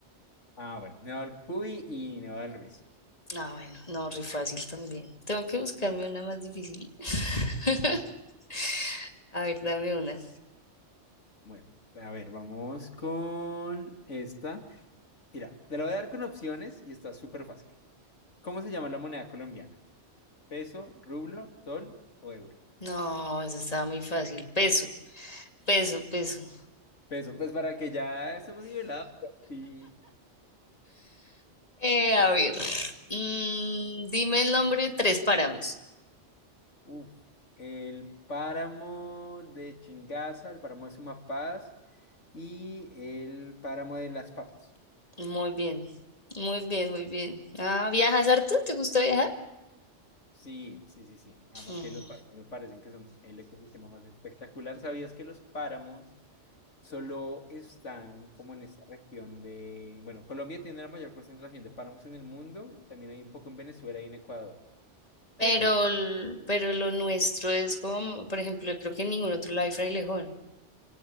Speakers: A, on the left (about 85°); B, on the left (about 30°).
A: Ah, bueno, Neval Cuy y Neval Ruiz.
B: Ah, bueno, no, re fácil también. Tengo que buscarme una más difícil. <laughs> A ver, dame una.
A: Bueno, a ver, vamos con esta. Mira, te la voy a dar con opciones y está súper fácil. ¿Cómo se llama la moneda colombiana? ¿Peso, rublo, sol o euro?
B: No, eso estaba muy fácil. Peso, peso, peso.
A: Peso, pues para que ya estemos nivelados. pues Sí.
B: Eh, a ver. mm, dime el nombre de tres páramos.
A: Uf. El páramo de Chingaza, el páramo de Sumapaz y el páramo de Las Papas.
B: Muy bien, muy bien, muy bien. Ah, ¿viajas harto? ¿Te gusta viajar?
A: Sí, sí, sí, sí. Además
B: Mm,
A: que los páramos me parecen que son el ecosistema más espectacular. ¿Sabías que los páramos Solo están como en esta región de, bueno, Colombia tiene la mayor concentración de páramos en el mundo, y también hay un poco en Venezuela y en Ecuador,
B: Pero,
A: pero cr-
B: l- pero lo nuestro es como, por ejemplo, creo que en ningún otro lado hay frailejón.